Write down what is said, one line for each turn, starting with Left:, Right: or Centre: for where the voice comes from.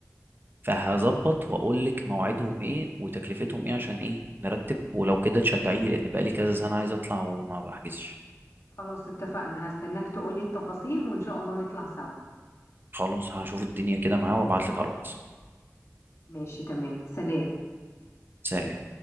Right: فهظبط
Left: خلاص
Right: واقول لك مواعيدهم ايه وتكلفتهم ايه عشان ايه نرتب ولو كده تشجعيني لان بقالي كذا سنه عايز اطلع وما بحجزش
Left: خلاص اتفقنا هستناك تقولي التفاصيل وإن شاء الله نطلع سوا
Right: خلاص هشوف الدنيا كده معاه وابعت لك على الواتس
Left: ماشي تمام سلام
Right: سريع